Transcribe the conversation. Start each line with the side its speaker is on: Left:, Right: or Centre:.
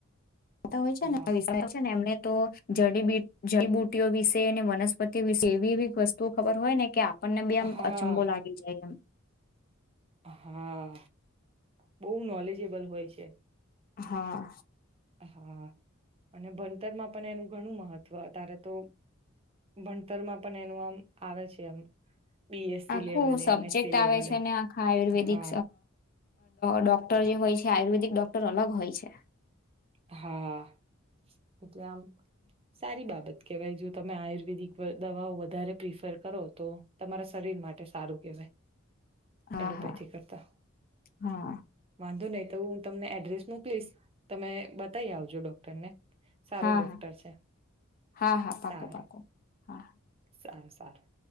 Left: હોય
Right: હા
Left: છે નેને એમ તો જડી જડીબુટીઓ વિશે અને વનસ્પતિ વિશે એવીવી વસ્તુ ખબર હોય, ને કે આપણને બેી આમ
Right: હા
Left: અચંબો લાગી જાય એમ
Right: હા બહુ નોલેજેબલ હોય છે.
Left: હા
Right: હા, અને ભણતરમાં પણ એનું ઘણું મહત્ત્વ ત્યારે તો ભણતરમાં પણ એનું આમ આવે છે, એમ બીએસસી
Left: આખું
Right: લેવલે,
Left: સબ્જેક્ટ
Right: એમએસસી લેવલે
Left: આવે છે, ને આખા આયુર્વેદિક
Right: હા,
Left: ડોક્ટર જે હોય છે, આયુર્વેદિક ડોક્ટર અલગ હોય છે.
Right: હા એટલે આમ સારી બાબત કેવાય જો તમે આયુર્વેદિક દવાઓ વધારે પ્રિફર કરો, તો તમારા શરીર માટે સારું કહેવાય.
Left: હા
Right: એલોપેથી
Left: હા
Right: કરતા
Left: હા
Right: વાંધો નહી, તો હું તમને એડ્રેસ મોકલીશ તમે બતાવી આવજો ડોક્ટર ને સારું
Left: હા
Right: ડોક્ટર
Left: હા
Right: છે,
Left: હા હા પાકું
Right: સારું
Left: પાકું હા
Right: સારું સારું